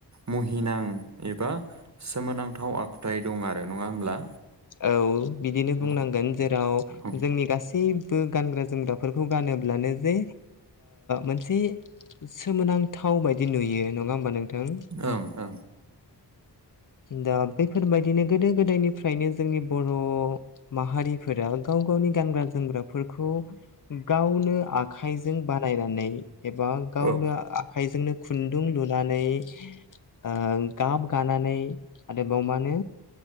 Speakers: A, on the right; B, on the left.
A: मुहिनां एबा सोमोनांथाव आखुथाय दं आरो नङा होमब्ला
B: औ बिदिनो बुंनांगोन
A: औ
B: जेराव
A: ओं
B: जोंनि गासै बो गानग्रा जोमग्राफोरखौ गानोब्लानो जे मोनसे। सोमोनांथाव बायदि नुयो नङा होमबा नोंथां।
A: ओं ओं
B: दा बैफोरबायदिनो गोदो गोदायनिफ्रायनो जोंनि बर' माहारिफोरा गाव गावनि गानग्रा जोमग्राफोरखौ गावनो आ आखाइजों बानायनानै एबा गावनो
A: औ
B: आखाइजोंनो खुनदुं लुनानै ओ गाब गानानै आरो बेयाव मानो